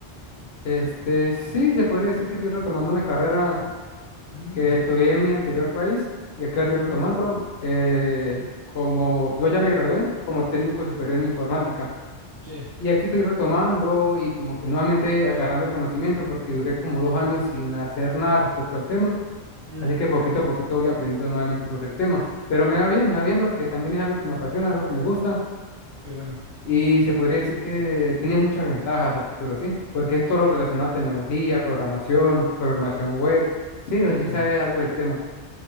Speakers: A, on the left; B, on the right.
A: Este, sí, se podría decir que estoy retomando una carrera
B: Mm,
A: que estudié en mi anterior país y aquí la estoy
B: mm,
A: retomando. eh, como yo ya me gradué como técnico superior en informática
B: sí.
A: y aquí estoy retomando y como que nuevamente agarrando el conocimiento porque duré como dos años sin hacer nada respecto al tema.
B: Mm,
A: Así que poquito a poquito voy aprendiendo nuevamente sobre el tema. Pero me va bien, me va bien porque también es algo que me apasiona, algo que me gusta.
B: qué bueno.
A: Y se podría decir que tiene muchas ventajas a futuro, ¿sí? Porque es todo lo relacionado a tecnología, programación, programación web. Sí, no
B: Mm.
A: sé si sabes algo del tema.